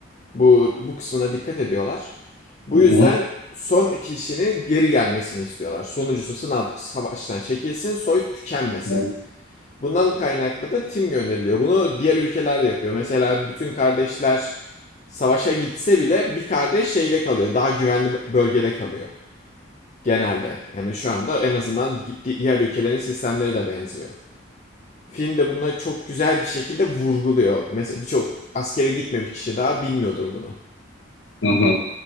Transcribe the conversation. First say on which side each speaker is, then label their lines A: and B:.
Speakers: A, on the left; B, on the left.
A: Bu, bu kısmına dikkat ediyorlar. Bu
B: Hı
A: yüzden
B: hı.
A: son kişinin geri gelmesini istiyorlar. Sonuncusu sınav savaştan çekilsin, soy tükenmesin.
B: Hı
A: Bundan kaynaklı da tim gönderiliyor. Bunu diğer ülkeler de yapıyor. Mesela bütün kardeşler savaşa gitse bile bir kardeş şeyde kalıyor. Daha güvenli bölgede kalıyor genelde. Yani şu anda en azından diğer ülkelerin sistemleri de benziyor. Film de bunları çok güzel bir şekilde vurguluyor. Mesela birçok askere gitmemiş kişi daha bilmiyordur bunu.
B: hı. hı.